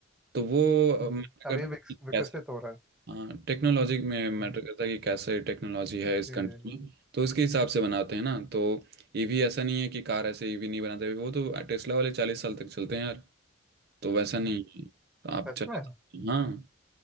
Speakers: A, on the right (about 50°); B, in the centre.
A: तो वो
B: हम्म
A: मैटर करता
B: अभी
A: है
B: विकस,
A: कि
B: विकसित
A: कैसे
B: हो रहा है
A: हाँ टेक्नोलॉजी में मैटर
B: हम्म,
A: करता है कि कैसे टेक्नोलॉजी है
B: जी
A: इस
B: जी
A: कंट्री
B: जी
A: में तो उसके हिसाब से बनाते हैं ना तो ईवी ऐसा नहीं है कि कार ऐसे ईवी नहीं बनाते वो तो टेस्ला वाले चालीस साल तक चलते हैं यार तो वैसा नहीं
B: हाँ,
A: है। तो आप
B: सच
A: चला
B: में
A: सकते हैं। हाँ